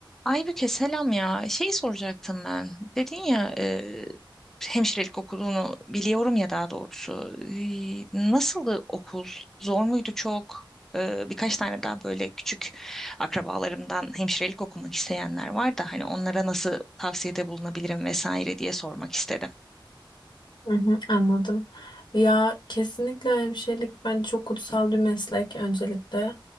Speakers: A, in the centre; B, on the left (about 60°).
A: Aybüke selam ya. şey soracaktım ben. Dedin ya e, hemşirelik okuduğunu biliyorum ya daha doğrusu. E, nasıldı okul? Zor muydu çok? E, birkaç tane daha böyle küçük akrabalarımdan hemşirelik okumak isteyenler var da hani onlara nasıl tavsiyede bulunabilirim vesaire diye sormak istedim.
B: Hı hı, anladım. Ya kesinlikle hemşirelik bence çok kutsal bir meslek öncelikle.